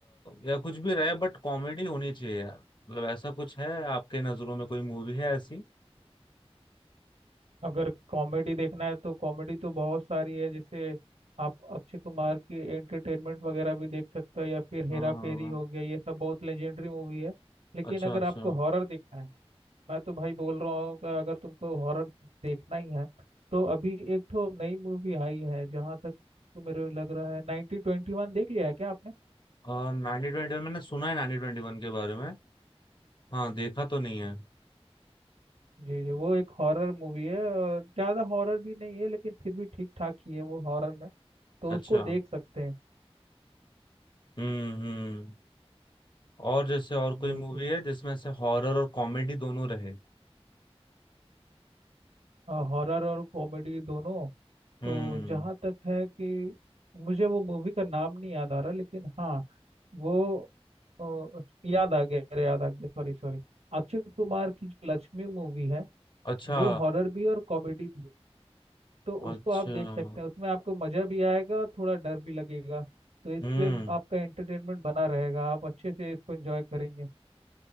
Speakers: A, on the left; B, on the right.
A: या कुछ भी रहे बट कॉमेडी होनी चाहिए यार मतलब ऐसा कुछ है आपके नजरों में कोई मूवी है ऐसी
B: अगर कॉमेडी देखना है तो कॉमेडी तो बहुत सारी है जैसे आप अक्षय कुमार की एंटरटेनमेंट वगैरह भी देख सकते हो या फिर
A: हाँ
B: हेरा फेरी
A: हाँ, हाँ।
B: हो गया ये सब बहुत लेजेंडरी मूवी है लेकिन
A: अच्छा
B: अगर
A: अच्छा
B: आपको हॉरर देखना है मैं तो भाई बोल रहा हूँ कि अगर तुमको हॉरर देखना ही है तो अभी एक ठो नई मूवी आई है जहाँ तक तो मेरे लग रहा है 1921 देख लिया है क्या आपने
A: और नाइनटीन ट्वेंटी वन मैंने सुना है नाइनटीन ट्वेंटी वन के बारे में हाँ देखा तो नहीं है
B: जी जी वो एक हॉरर मूवी है और ज़्यादा हॉरर भी नहीं है लेकिन फिर भी ठीक ठाक ही है वो हॉरर में तो
A: अच्छा
B: उसको देख सकते हैं
A: हम्म हम्म और जैसे और कोई
B: बिल्कुल
A: मूवी है जिसमें से हॉरर और कॉमेडी दोनों रहे
B: हॉरर और कॉमेडी दोनों
A: हम्म
B: तो जहाँ तक है कि मुझे वो मूवी का नाम नहीं याद आ रहा लेकिन हाँ वो ओ, याद आ गया अरे याद आ गया सॉरी सॉरी अक्षय कुमार की जो लक्ष्मी मूवी है
A: अच्छा
B: वो हॉरर भी और कॉमेडी भी है। तो उसको
A: अच्छा
B: आप देख सकते हैं उसमें आपको मजा भी आएगा और थोड़ा डर भी लगेगा तो इससे
A: हम्म
B: आपका एंटरटेनमेंट बना रहेगा आप अच्छे से इसको एंजॉय करेंगे